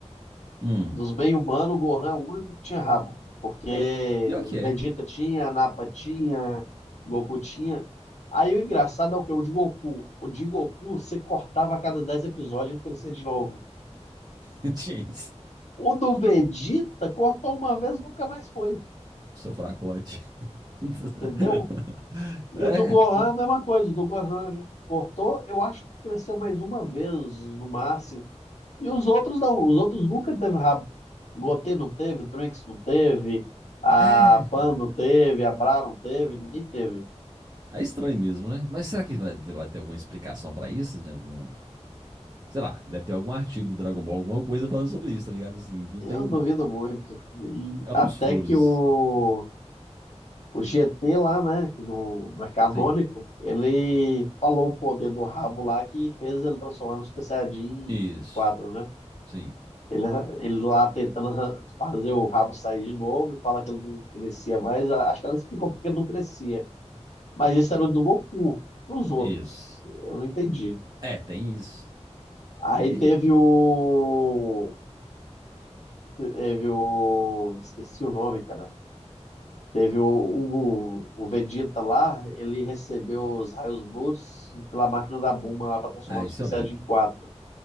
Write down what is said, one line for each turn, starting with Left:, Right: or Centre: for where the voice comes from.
Right: Hum.
Left: Dos meio-humanos, o Gohan é o único que tinha rabo. Porque
Right: Pior, que- pior que
Left: Vegeta
Right: é.
Left: tinha, Nappa tinha, Goku tinha. Aí o engraçado é o que? O de Goku. O de Goku, você cortava a cada 10 episódios, ele crescia de novo.
Right: <laughs> Tinha isso.
Left: O do Vegeta cortou uma vez, nunca mais foi.
Right: Seu fracote. <laughs>
Left: Entendeu? E
Right: É,
Left: o do Gohan,
Right: tem.
Left: a mesma coisa. O do Gohan cortou, eu acho que cresceu mais uma vez, no máximo. E os outros não. Os outros nunca teve rabo. Goten não teve, Trunks não teve, a
Right: É,
Left: Pan
Right: cara.
Left: não teve, a Bra não teve, ninguém teve.
Right: É estranho mesmo, né? Mas será que vai, vai ter alguma explicação pra isso? De algum, sei lá, deve ter algum artigo do Dragon Ball, alguma coisa falando sobre isso, tá ligado? Assim, que não
Left: Eu
Right: tem.
Left: duvido muito. E
Right: É
Left: até
Right: uns furos.
Left: que o, o GT lá, né, que não, não é canônico,
Right: Sim.
Left: ele falou o poder do rabo lá que fez ele transformar no Super Saiyajin
Right: Isso.
Left: 4 né?
Right: Sim.
Left: Ele, ele lá tentando arran- fazer o rabo sair de novo e falar que ele não crescia mais. A- Acho que ela explicou porque ele não crescia. Mas isso era do Goku, dos outros.
Right: Isso.
Left: Eu não entendi.
Right: É, tem isso.
Left: Aí
Right: E.
Left: teve o. Teve o. Esqueci o nome, cara. Teve o, o, o Vegeta lá, ele recebeu os raios Blues pela máquina da Bulma lá para transformar
Right: É,
Left: no
Right: isso
Left: Super
Right: eu
Left: Saiyajin
Right: lembro.
Left: quatro